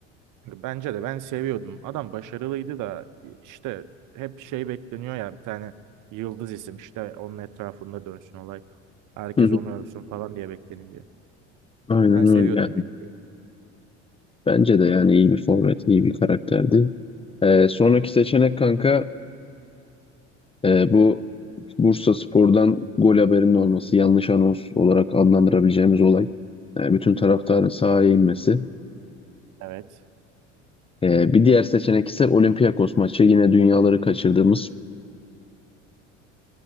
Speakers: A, on the right; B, on the left.
A: Bence de ben seviyordum. Adam başarılıydı da işte hep şey bekleniyor ya bir tane yıldız isim işte onun etrafında dönsün olay. Herkes
B: Hı hı.
A: onu övsün falan diye bekleniyor.
B: Aynen
A: Ben seviyordum
B: öyle.
A: Emenike'yi.
B: Bence de yani iyi bir forvet, iyi bir karakterdi. Ee, sonraki seçenek kanka e, bu Bursaspor'dan gol haberinin olması, yanlış anons olarak adlandırabileceğimiz olay. E, bütün taraftarın sahaya inmesi.
A: Evet.
B: E, bir diğer seçenek ise Olympiakos maçı. Yine dünyaları kaçırdığımız,